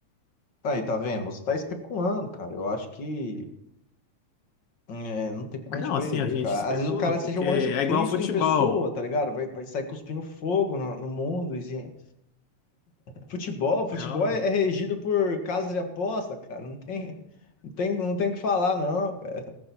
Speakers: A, on the left (about 40°); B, on the left (about 55°).
A: Aí, tá vendo? Você tá especulando, cara. Eu acho que é, não tem como a
B: Não,
A: gente prever,
B: assim, a gente
A: cara.
B: especula,
A: Às vezes o cara seja
B: porque
A: o
B: é
A: anticristo
B: igual futebol.
A: em pessoa, tá ligado? Vai, vai sair cuspindo fogo no, no mundo. e- Futebol, futebol
B: É, ó.
A: é, é regido por casas de aposta, cara. Não tem, não tem, não tem o que falar, não, cara.